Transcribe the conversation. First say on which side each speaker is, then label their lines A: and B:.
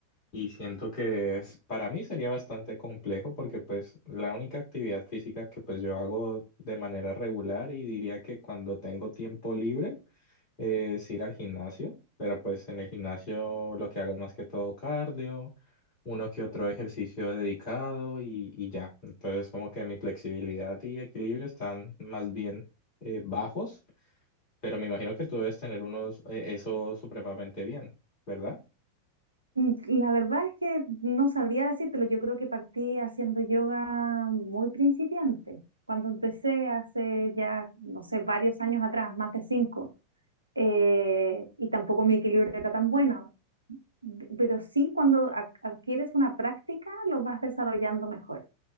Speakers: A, on the left; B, on the right.
A: y siento que es, para mí sería bastante complejo porque pues la única actividad física que pues yo hago de manera regular y diría que cuando tengo tiempo libre eh, es ir al gimnasio, pero pues en el gimnasio lo que hago es más que todo cardio, uno que otro ejercicio dedicado y, y ya. Entonces como que mi flexibilidad y equilibrio están más bien eh, bajos, pero me imagino que tú debes tener unos, eh, eso supremamente bien, ¿verdad?
B: Mm, La verdad es que no sabría decírtelo. Yo creo que partí haciendo yoga muy principiante. Cuando empecé hace ya, no sé, varios años atrás, más de cinco, eh, y tampoco mi equilibrio era tan bueno. D- Pero sí, cuando a- adquieres una práctica, lo vas desarrollando mejor.